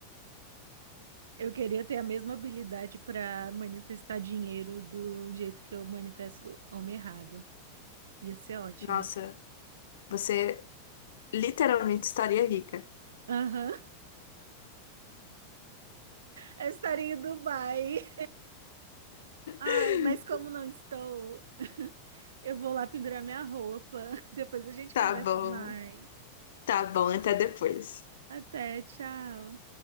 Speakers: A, on the right (about 65°); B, on the left (about 60°).
A: Eu queria ter a mesma habilidade pra manifestar dinheiro do jeito que eu manifesto homem errado. Ia ser ótimo.
B: Nossa, você literalmente estaria rica.
A: Aham. <laughs> Eu estaria em Dubai. Ai,
B: <laughs>
A: mas como não estou, <laughs> eu vou lá pendurar minha roupa. <laughs> Depois a gente
B: Tá
A: conversa
B: bom,
A: mais.
B: tá bom, até depois.
A: Até, tchau.